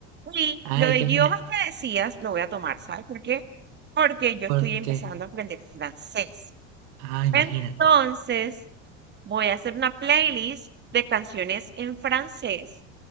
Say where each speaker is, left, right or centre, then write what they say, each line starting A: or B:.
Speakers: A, on the right (about 30°); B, on the right (about 75°).
A: Y
B: Ay,
A: lo de
B: qué
A: idiomas
B: genial.
A: que decías, lo voy a tomar, ¿sabes por qué? Porque yo estoy
B: Porque,
A: empezando a aprender francés.
B: ah, imagínate.
A: Entonces, voy a hacer una playlist de canciones en francés